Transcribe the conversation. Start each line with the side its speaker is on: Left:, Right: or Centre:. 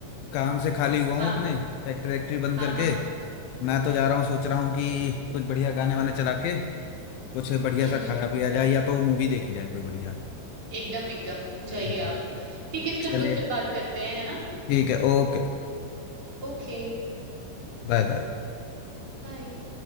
Left: काम से खाली हुआ हूँ
Right: हाँ
Left: अपने फैक्ट्री वैक्ट्री बंद
Right: हाँ
Left: करके
Right: हाँ
Left: मैं तो जा रहा हूँ सोच रहा हूँ कि कुछ बढ़िया गाने वाने चला के कुछ बढ़िया
Right: हम्म
Left: सा
Right: हम्म
Left: खाया पिया जाए या तो मूवी देखी जाए कोई बढ़िया
Right: एकदम एकदम जाइए
Left: हम्म।
Right: आप ठीक है फिर
Left: चलिए
Right: हम लोग फिर बात करते हैं है ना
Left: ठीक है ओके
Right: ओके
Left: Bye bye
Right: बाय